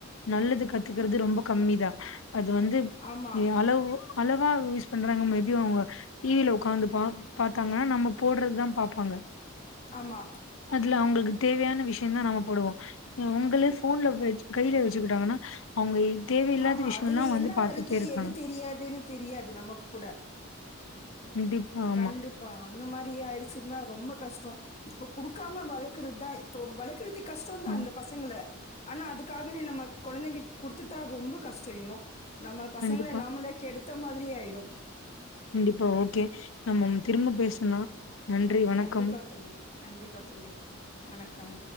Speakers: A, on the left; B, on the left.
A: நல்லதுக் கத்துக்கற்து ரொம்ப கம்மிதா அது வந்து
B: ஆமா
A: ஒ அளவு அளவா யூஸ் பண்றாங்க மேபி அவுங்க டி வி ல உக்காந்து பா பாத்தாங்கனா நம்ம போட்றதுதா பாப்பாங்க
B: ஆமா
A: அதுல அவுங்ளுக் நமக்கு தேவையான விஷ்யோ தா நம்ம போடுவோ ஏ உங்களே ஃபோன்ல <unintelligible> கைலே வச்சுக்கிட்டாங்கன்னா அவுங்க இத்தேவையில்லாத
B: ஆமா.
A: விஷ்யோ
B: அதுல
A: எல்லா வந்து
B: என்ன
A: பாத்துட்டேருக்காங்க
B: வருது? எது தெரியாதுன்னு தெரியாது நமக்கு கூட.
A: கண்டிப்பா ஆமா
B: கண்டிப்பா. அந்த மாரியே ஆய்டுச்சுன்னா ரொம்ப கஷ்டோ இப்ப குடுக்காம வளக்கற்தா இப்போ வளக்கற்திக் கஷ்டோ தா
A: ம்
B: அந்த பசங்கள ஆனா அதுக்காகவே நம்ம கொழந்தைங்கக் குடுத்துட்டா ரொம்ப கஷ்டோ இன்னும் நம்ம பசங்கள
A: கண்டிப்பா
B: நாமளே கெடுத் த மாதிரி ஆயிடும்
A: கண்டிப்பா ஓகே நம்ம திரும்ப பேசனா நன்றி வணக்கம்
B: கண்டிப்பா தோழி. கண்டிப்பா தோழி வணக்கம்